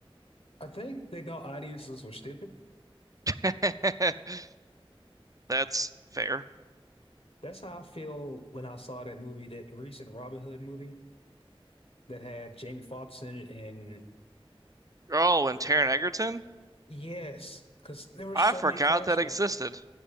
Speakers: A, on the left; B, on the right.
A: I think they thought audiences were stupid.
B: <laughs> That's fair.
A: That's how I feel when I saw that movie, that recent Robin Hood movie that had Jamie Foxx in it. And
B: Oh, and Taron Egerton?
A: yes, because there were
B: I
A: so
B: forgot
A: many flashbacks.
B: that existed.